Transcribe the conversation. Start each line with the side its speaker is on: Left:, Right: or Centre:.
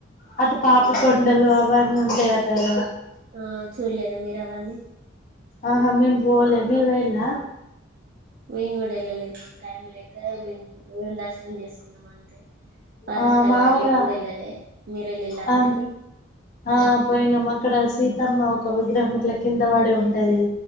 Left: అటు పాపి
Right: వెళ్ళలేదు
Left: కొొండలు అవన్నీ ఉంటాయట గాదా
Right: ఆ చూడలేద మీరు అవన్నీ
Left: ఆహా మ మీము బోలే మీరూ పోయిండ్ల
Right: మేము కూడా వెళ్ళలేదు మాకు టైం లేక మేము ద దర్శనం చేసుకున్నాం అంతే పాఠణశాల
Left: ఆ మామూలుగా
Right: దగ్గరకి కూడా వెళ్ళాలే మీర వెళ్ళిళ్ళ అక్కడికి
Left: ఆ ఆ పోయినాం అక్కడ సీతమ్మ ఒక విగ్రహం ఇట్లా కింద పడే ఉంటది